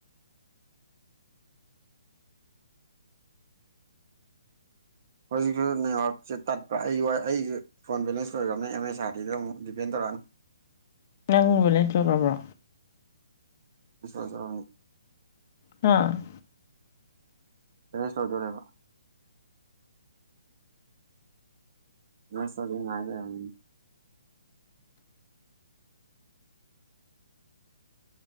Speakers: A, on the right (about 35°); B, on the left (about 30°).
A: ꯍꯧꯖꯤꯛꯁꯨ ꯅꯌꯣꯔꯁꯦ ꯇꯠꯄ꯭ꯔꯥ ꯑꯩ ꯋꯥ ꯑꯩꯁꯨ ꯐꯣꯟ ꯕꯦꯟꯁ ꯑꯣꯏꯈꯕꯅꯤ ꯑꯦꯝ ꯑꯦꯁꯥꯔꯗꯤꯗ ꯑꯃꯨꯛ ꯗꯤꯦꯟꯧꯛꯑꯅꯤ꯫
B: ꯅꯪ ꯕꯂꯦꯟ ꯑꯣꯏꯔꯕ꯭ꯔꯣ?
A: <unintelligible>
B: ꯍꯨꯝ
A: <unintelligible> <unintelligible>